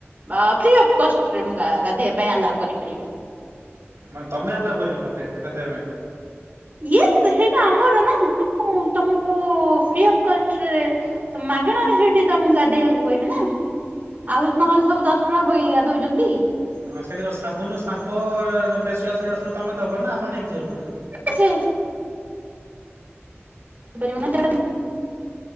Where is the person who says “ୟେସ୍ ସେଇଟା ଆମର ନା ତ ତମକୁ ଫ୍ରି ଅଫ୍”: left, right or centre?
Right